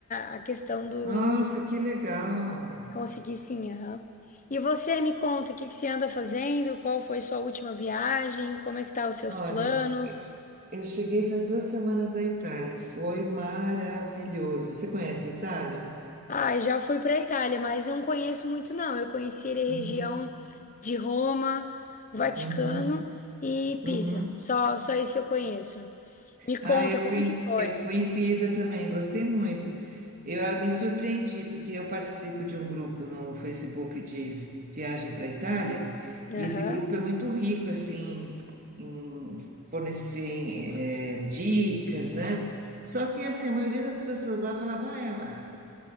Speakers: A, on the left; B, on the right.
A: a a questão do.
B: Nossa, que legal.
A: Consegui sim, aham. E você me conta, o que que você anda fazendo? Qual foi sua última viagem? Como é que tá os seus
B: Olha,
A: planos?
B: eu cheguei faz duas semanas da Itália. Foi maravilhoso. Você conhece a Itália?
A: Ah, eu já fui para Itália, mas não conheço muito, não. Eu conheci ali a
B: Uhum,
A: região de Roma, Vaticano
B: uhum,
A: e
B: uhum.
A: Pisa. Só, só isso que eu conheço. Me conta
B: Ah, eu fui,
A: como
B: em-
A: que foi.
B: eu fui em Pisa também. Gostei muito. Eu ah, me surpreendi porque eu participo de um grupo no Facebook de vi- viagem para a Itália e
A: Aham.
B: esse grupo é muito rico assim em fornecer eh, dicas, né? Só que assim, a maioria das pessoas lá falava, ah, é,